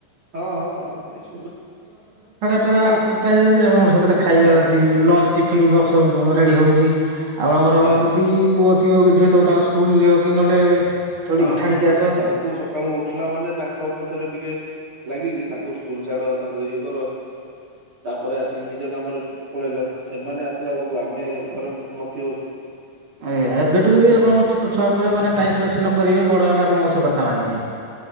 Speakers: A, on the right; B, on the right.
A: ହଁ ହଁ ନିଶ୍ଚିତ।
B: ଟା ହେଇଯାଉଛି ଆପଣଙ୍କର ସେଥିରେ, ଖାଇବା
A: ହଁ
B: ଅଛି ଲଞ୍ଚ ଟିଫନ୍ ବକ୍ସ ରେଡି ହଉଛି। ଆଉ ଆମର
A: ହଁ
B: ଯଦି ପୁଅ ଥିବ କି ଝିଅ ଥିବ ତାଙ୍କୁ ସ୍କୁଲ ନିଅ କି ନହେଲେ ଛଡି
A: ହଁ
B: ଛାଡିକି
A: ସେ
B: ଆସ
A: ସେମାନଙ୍କୁ ସକାଳୁ ଉଠିଲା ମାନେ ତାଙ୍କ ପଛରେ ଟିକେ ଲାଗିକି ତାଙ୍କୁ ସ୍କୁଲ ଛାଡ ତାଙ୍କୁ ଇଏ କର। ତାପରେ ଆସିକି ନିଜ କାମରେ ପଳେଇଲ। ସେମାନେ ଆସିଲା ବେଳକୁ ଆମେ ଘରେ ନ ନଥିବୁ।
B: ଏ ଏବେଠୁ ଯଦି ଆପଣଙ୍କ ଛୋଟ ଛୁଆ ଉପରେ ମାନେ ଟାଇମ୍ ସ୍ପେସ ନ କରିବେ ବଡ଼ ହେଲେ ଆପଣଙ୍କ ସେ କଥା ମାନିବେନି।